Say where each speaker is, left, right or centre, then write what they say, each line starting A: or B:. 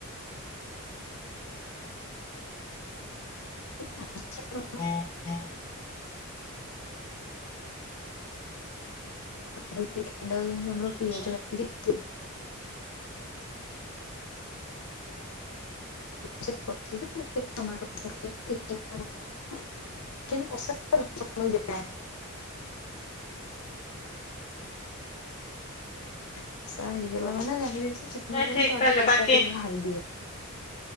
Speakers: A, on the left; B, on the left.
A: <inaudible>
B: ହଁ -ହଁ।
A: <unintelligible> ପିଆଜ
B: ଆଚ୍ଛା
A: <unintelligible> <unintelligible> ଭଲ ସେ କଷିକି ଟମାଟୋ ଦେଇକି <unintelligible> ଚିକେନ କଷା <unintelligible> ଯ କଷା ହେଇଗଲା
B: ଓହୋ
A: ମାନେ ଜାନିବେ ଯେ ଚିକେନ
B: ନାଇଁ
A: ହେଇଗଲା,
B: ଠିକ
A: ତ ଆଗ
B: କହିଲେ
A: କଷା
B: ବାକି
A: ଟିକେ ଖାଇଦିଏ।